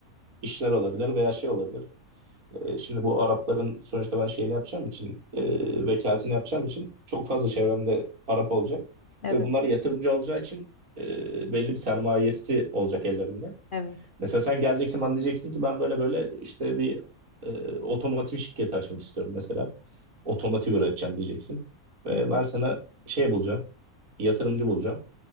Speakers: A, on the right; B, on the left.
A: işler olabilir veya şey olabilir. E, şimdi bu Arapların sonuçta ben şeyini yapacağım için e, vekaletini yapacağım için çok fazla çevremde Arap olacak
B: Evet.
A: ve bunlar yatırımcı olacağı için e, belli bir sermayesi olacak ellerinde.
B: Evet.
A: Mesela sen geleceksin bana diyeceksin ki ben böyle böyle işte bir e, otomotiv şirketi açmak istiyorum mesela. Otomotiv üreteceğim diyeceksin. Ve
B: Hı,
A: ben sana şey bulacağım. Yatırımcı bulacağım